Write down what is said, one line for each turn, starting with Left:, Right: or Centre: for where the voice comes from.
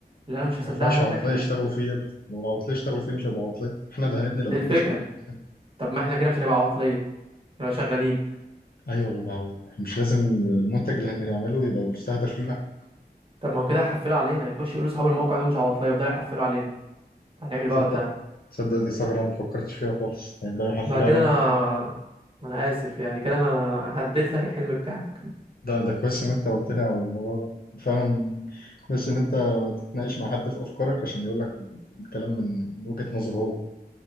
Right: اللي انا مش
Left: ما
Right: هصدقها
Left: ينفعش
Right: منك
Left: عواطلية
Right: انك
Left: يشتغلوا فيه يا ابني لو العواطلية يشتغلوا فيه مش هيبقى عواطلية احنا اللي هنبني الابلكيشن
Right: دي الفكره
Left: ده بنفسنا.
Right: طب ما احنا كده مش هنبقى عواطليه نبقى شغالين
Left: ايوه لما هو إحنا مش لازم المنتج اللي هنعمله يبقى مستهدف لينا احنا
Right: طب ما هو كده هيحفلوا علينا هيخش يقولوا اصحاب الموقع دول مش عواطليه يفضلوا يحفلوا علينا هنعمل إيه
Left: تصدق
Right: بقى وقتها
Left: تصدق دي ثغرة ما فكرتش فيها خالص هيبدأوا يحفلوا
Right: بعد كده
Left: علينا
Right: انا
Left: كتير قوي
Right: انا اسف يعني كده انا أنا هديت لك الحلم بتاعك
Left: ده ده كويس ان انت قلت لي على الموضوع ده فعلا كويس ان انت تتناقش مع حد في افكارك عشان يقول لك الكلام من من وجهة نظره هو